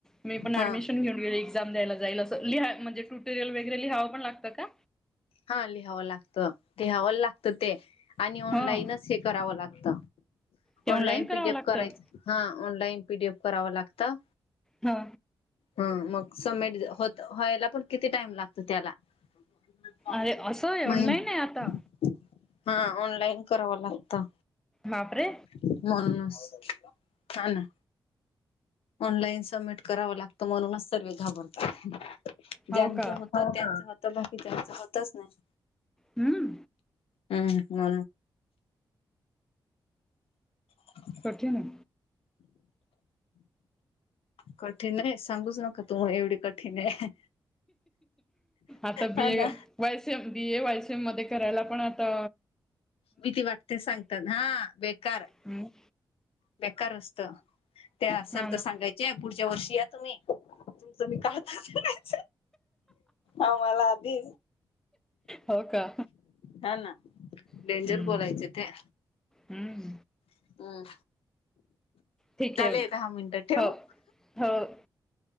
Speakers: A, in the centre; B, on the left.
A: मी पण ऍडमिशन
B: हा.
A: घेऊन गेले एक्झाम द्यायला जाईल असं. लिहा... म्हणजे ट्यूटेरियल वैगरे लिहावं पण लागत का?
B: हा... लिहावं लागत, लिहावं लागत ते आणि ऑनलाईनच
A: हा
B: हे करावं लागत.
A: ते
B: ऑनलाईन
A: करावं
B: पीडीएफ
A: लागतं
B: करायचं हा... ऑनलाईन पीडीएफ करावं लागतं
A: हा
B: हं... मग समिट होत... व्हायला पण किती टाइम लागतो त्याला <unintelligible>
A: अरे असं ऑनलाईन आहे आता
B: हा... ऑनलाईन करावं लागतं
A: बाप रे
B: <unintelligible> हा ना ऑनलाईन सबमिट करावं लागतं म्हणूनच सर्वे घाबरतात.
A: हो
B: ज्याचं
A: का
B: होतं त्यांच होतं, बाकीच्याचं होतच नाई
A: हम्म
B: हम् हो ह
A: कठीन ये
B: कठीण आहे सांगूच नका तु एवढ कठीण आहे
A: आता बीए
B: हा ना
A: वायसएम बीए वायसीएम मध्ये करायला पण आता
B: भीती वाटते सांगताना बेकार
A: हम
B: बेकार असत त्या असतात
A: हा ना
B: तर सांगायच या पुढच्या वर्षी या तुम्ही <inaudible> सांगायचं आ मला आधी
A: हो का
B: हा ना
A: हम्म
B: डेंजर बोलायचे ते
A: हम्म
B: हम्म
A: ठीक
B: झाले
A: आहे
B: दहा मिनिटं ठेवू
A: हो हो